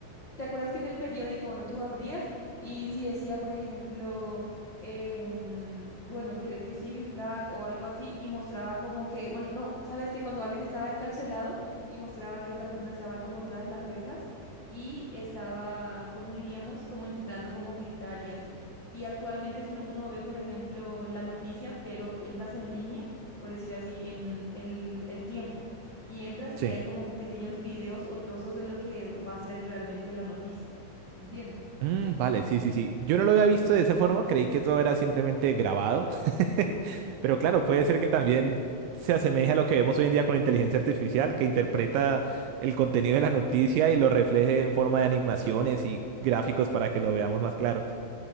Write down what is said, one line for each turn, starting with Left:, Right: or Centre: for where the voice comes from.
Left: ¿Te acuerdas que en el periódico, no tú abrías y si decía, por ejemplo, em, bueno, que, que Sirius Black o algo así y mostraba como que, bueno, no, sabes que cuando alguien estaba encarcelado y mostraba que esa persona estaba como tras las rejas y estaba, ¿cómo diríamos? Como intentando como gritar y así. Y actualmente si no- uno ve, por ejemplo, la noticia, pero entras en línea, por decir así, en el, el tiempo y entras y
Right: idea.
Left: hay como pequeños videos o trozos de lo que va a ser realmente la noticia. ¿Entiendes?
Right: Mm, vale, sí, sí, sí. Yo no lo había visto de esa forma, creí que todo era simplemente grabado. <laughs> Pero claro, puede ser que también se asemeje a lo que vemos hoy en día con la inteligencia artificial, que interpreta el contenido de la noticia y lo refleje en forma de animaciones y gráficos para que lo veamos más claro.